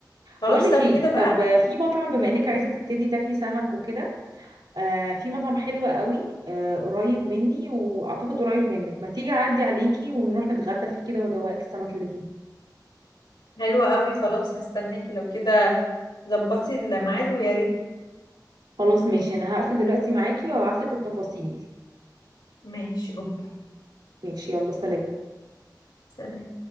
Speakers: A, on the left (about 80°); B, on the right (about 85°).
A: خلاص
B: بقولك
A: لو
B: ايه
A: كده بقى
B: طب في مطعم بما
A: ايه
B: انك
A: قوليلي
B: عايزه تبتدي تاكلي سمك وكده آه في مطعم حلو قوي آه قريب مني واعتقد قريب منك ما تيجي اعدي عليكي ونروح نتغدى فيه كده وادوقك السمك اللي فيه
A: حلوة قوي خلاص هستناكي لو كده ظبطي الميعاد ويا ريت
B: خلاص ماشي انا هقفل دلوقتي معاكي وابعتلك التفاصيل
A: ماشي اوكي
B: ماشي يلا سلام
A: سلام